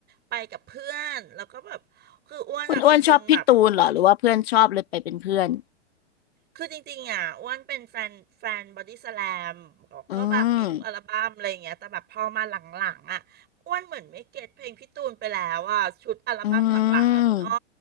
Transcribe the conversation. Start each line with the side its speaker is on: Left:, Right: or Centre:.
Right: ไปกับเพื่อนแล้วก็แบบคืออ้วนอ่ะเป็นคนแบบ
Left: คุณอ้วนชอบพี่ตูนเหรอหรือว่าเพื่อนชอบเลยไปเป็นเพื่อน
Right: คือจริงๆอ่ะอ้วนเป็นแฟนแฟนบอดี้สแลม
Left: อื
Right: ก็แบบมีทุกอัลบั้มอะไรอย่างเงี้ยแต่แบบพอมาหลังๆอ่ะอ้วนเหมือนไม่เก็ตเพลงพี่ตูนไปแล้วอ่ะชุดอัลบั้มหลังๆอ่ะคุณอ้อ
Left: มอืม